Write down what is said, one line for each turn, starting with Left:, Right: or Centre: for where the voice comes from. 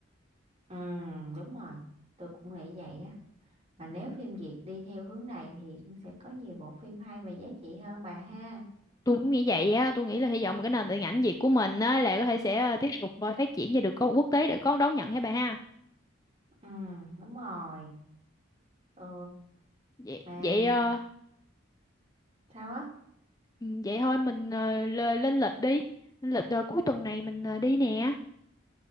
Right: ừ đúng rồi tôi cũng nghĩ vậy á Mà nếu phim Việt đi theo hướng này thì cũng sẽ có nhiều bộ phim hay và giá trị hơn bà ha.
Left: tôi cũng nghĩ vậy á tôi nghĩ là hy vọng là cái nền điện ảnh Việt của mình á là có thể sẽ ờ, tiếp tục ờ, phát triển và được có quốc tế để có đón nhận hả bà ha
Right: Ừ, đúng rồi. Ừ,
Left: vậy
Right: mà
Left: vậy ờ,
Right: sao á?
Left: ừ, vậy thôi mình ờ, lê- lên lịch đi lên lịch ờ, cuối tuần này mình ờ, đi nè